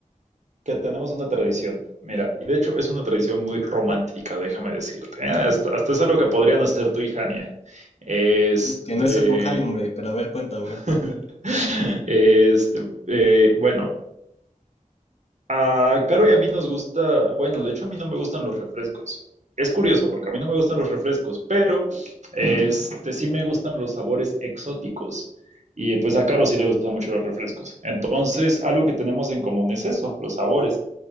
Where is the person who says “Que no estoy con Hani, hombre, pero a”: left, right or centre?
Left